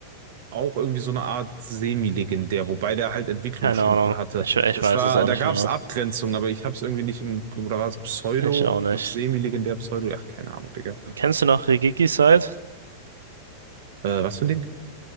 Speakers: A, on the right; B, on the right.
A: auch irgendwie so eine Art semi-legendär, wobei der halt Entwicklungsstufen
B: Keine Ahnung.
A: hatte.
B: Ich, ich
A: Das
B: weiß
A: war,
B: es auch
A: da
B: nicht
A: gab
B: genau.
A: es Abgrenzungen, aber ich hab's irgendwie nicht im, oder war es Pseudo?
B: Ich auch nicht.
A: Gab es semi-legendär Pseudo? Ach, keine Ahnung, Digga.
B: Kennst du noch Rigigi Side?
A: Äh, was für ein Ding?